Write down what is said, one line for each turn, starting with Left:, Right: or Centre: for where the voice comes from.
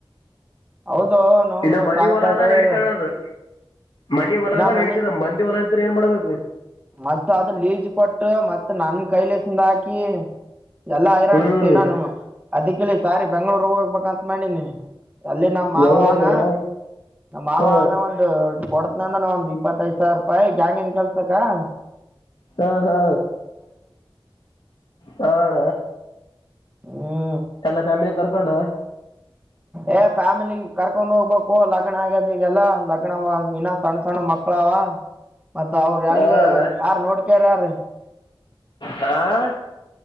Right: ಹೌದು ನೌನು
Left: ಇನ್ನ ಮನಿ
Right: ಸಾಕ್
Left: ಹೊಲ
Right: ಸಾಕಾಗ್ಯದ
Left: ಆದ ನಡಿತಣ ಅದು ಮನಿ ಹೊಲದ
Right: ಇನ್ನ ಮನಿ
Left: ನಡತದ ಮಂದಿ ಹೊಲ ಇದ್ರೆ ಏನ್ ಮಾಡ್ಬೇಕು
Right: ಮತ್ತ ಅದು ಲೀಜ ಕೊಟ್ಟು ಮತ್ತತ್ ನನ್ ಕೈಲಸಿಂದ ಹಾಕಿ ಎಲ್ಲಾ ಹಐರಾಣ
Left: ಹ್ಮ್
Right: ಇತ್ತು ಇನ್ನ ಅದಿಕ್ಕೆಲ್ಲಿ ಸಾರಿ ಬೆಂಗ್ಳೂರ್ ಹೋಗ್ಬೇಕಂತ ಮಾಡಿನಿ ಅಲ್ಲಿ ನಮ್ಮ್ ಮಾವನ
Left: ಬೆಂಗಳೂರಿಗಣ
Right: ನಮ್ಮ ಮಾವ
Left: ಹ
Right: ಅನ ಒಂದು ಕೊಡ್ತನಂದ್ರ ಒಂದ ಇಪ್ಪತ್ತೈದು ಸಾವರ ರೂಪಾಯಿ ಜಾಯಿನ್ ಕೆಲ್ಸ ಹಾ
Left: ಹ್ಮ ಹಾ ಹಣ
Right: ಹ್ಞೂ
Left: ಎಲ್ಲ ಫ್ಯಾಮಿಲಿ ಕ್ರಕ್ ಣ
Right: ಏ ಫ್ಯಾಮಿಲಿ ಕರ್ಕೊಂಡ್ ಹೋಗ್ಬೇಕು ಲಗ್ನ ಆಗ್ಯದ್ ಈಗೆಲ್ಲಾ ಲಗ್ನ ಇನ್ನ ಸಣ್ಣ ಸಣ್ಣ ಮಕ್ಳಾವ ಮತ್ತ ಅವ್ರ ಹೆಂಗ
Left: ಹಣ
Right: ಯಾರ್ ನೋಡ್ಕಾರ ಯಾರ
Left: ಹಣ